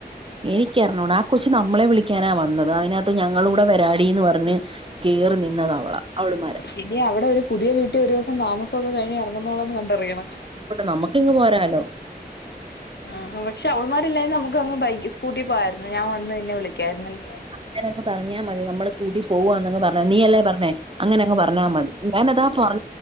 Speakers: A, on the right (about 30°); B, on the left (about 85°).
A: എനക്ക്റഞ്ഞുടാ ആ കൊച്ച് നമ്മളെ വിളിക്കാനാ വന്നത് അതിനകത്ത് ഞങ്ങള കൂടെ വരാടിന്ന് പറഞ്ഞ് കയറി നിന്നത അവള അവൾമാരാ
B: പിനെ അവിടെ ഒരു പുതിയ വീട്ടിൽ ഒരു ദിവസം താമസം ഒക്കെ കഴിഞ്ഞ് ഇറങ്ങുന്നോള്ളോന്ന് കണ്ടറിയണം
A: നമുക്കിങ്ങ് പോരാലോ
B: ആ പക്ഷ അവൾമാരില്ലായരുന്നു നമുക്ക്ങ് ബൈക്ക് സ്കൂട്ടി പോയിയിരുന്നു ഞാൻ വന്ന് പിന്നെ വിളിക്കായിുന്നല്ലേ
A: ങ്ങനങ് പറഞ്ഞാ മതി നമ്മള് കൂട്ടി പോകവാന്നങ് പറഞ്ഞ നീ അല്ലേ പറഞ്ഞെ അങ്ങനെ അങ്ങ് പറഞ്ഞാൽ മതി ഞാാനതാ പറ